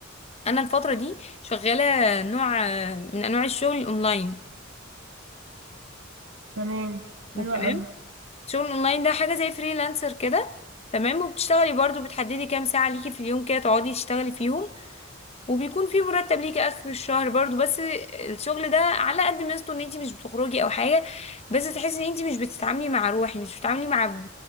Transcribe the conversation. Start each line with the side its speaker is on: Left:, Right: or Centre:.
Left: انا الفترة دي شغالة نوع آه، من انواع الشغل الاونلاين
Right: تمام حلوة
Left: تمام
Right: قوي
Left: الشغل الاونلاين ده حاجة زي فريلانسر كده تمام وبتشتغلي برضو بتحددي كام ساعة ليكي في اليوم كده تقعدي تشتغلي فيهم وبيكون في مرتب ليكي اخر الشهر برضو بس الشغل ده على قد ميزته ان انتي مش بتخرجي او حاجة بس تحسي ان انتي مش بتتعاملي مع روحي مش بتتعاملي مع